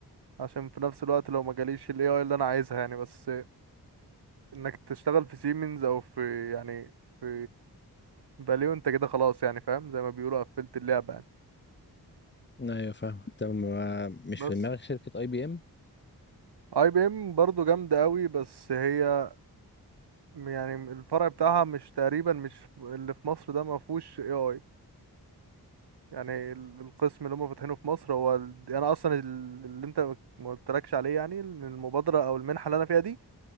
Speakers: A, on the right; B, on the left.
A: عشان في نفس الوقت لو ما جاليش ال AI اللي انا عايزها يعني بس انك تشتغل في سيمنز او في يعني في فاليو انت كده خلاص يعني فاهم زي ما بيقولوا قفلت اللعبة يعني
B: ايوه فاهمك طب ما- مش
A: بس
B: في دماغك شركة اي بي ام
A: اي بي ام برضه جامدة قوي بس هي يعني الفرع بتاعها مش تقريبا مش اللي في مصر ده ما فيهوش AI يعني ال- القسم اللي هم فاتحينه في مصر هو ال- يعني انا اصلا ال- اللي انت ما قلتلكش عليه يعني إن المبادرة او المنحة اللي انا فيها دي